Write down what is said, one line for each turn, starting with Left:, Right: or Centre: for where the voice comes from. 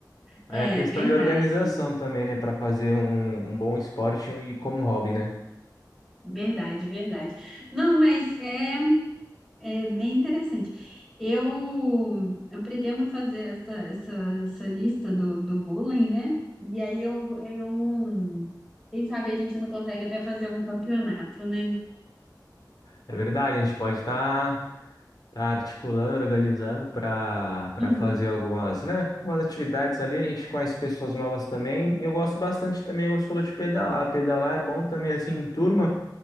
Left: Aí
Centre: é
Left: a questão
Centre: verdade,
Left: de organização também, né? Pra fazer um, um bom esporte e como hobby, né?
Centre: verdade, verdade. Não, mas é. É bem interessante. Eu, eu pretendo fazer essa, essa, essa lista do, do vôlei, né? E aí eu, eu, quem sabe a gente não consegue até fazer um campeonato, né?
Left: É verdade, a gente pode estar tá articulando, organizando para para
Centre: Uhum.
Left: fazer algumas, né, umas atividades ali. A gente conhece pessoas novas também. E eu gosto bastante também, você falou de pedalar. Pedalar é bom também assim em turma,